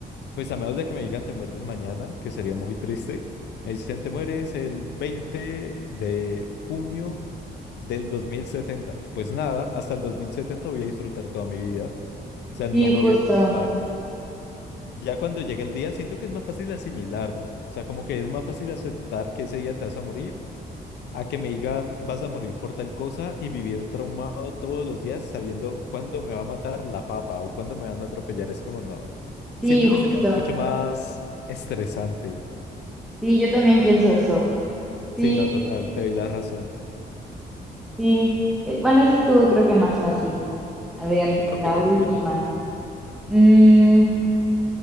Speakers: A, on the left; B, in the centre.
A: Pues a menos de que me digan te mueres mañana, que sería muy triste. Me dicen te mueres el 20 de junio del 2070. Pues nada, hasta el 2070 voy a disfrutar toda mi vida. O sea, no
B: sí,
A: me
B: justo.
A: voy a preocupar. Ya cuando llegue el día, siento que es más fácil asimilarlo. O sea, como que es más fácil aceptar que ese día te vas a morir a que me digan vas a morir por tal cosa y vivir traumado todos los días sabiendo cuándo me va a matar la papa o cuándo me van a atropellar. Es como no.
B: Sí,
A: Siento
B: justo.
A: que sería mucho más estresante.
B: Sí, yo también pienso eso. Sí,
A: Sí, no, total, te doy la razón.
B: sí. Eh, bueno, eso estuvo creo que más fácil. A ver,
A: Ok,
B: la última.
A: sí.
B: Mm,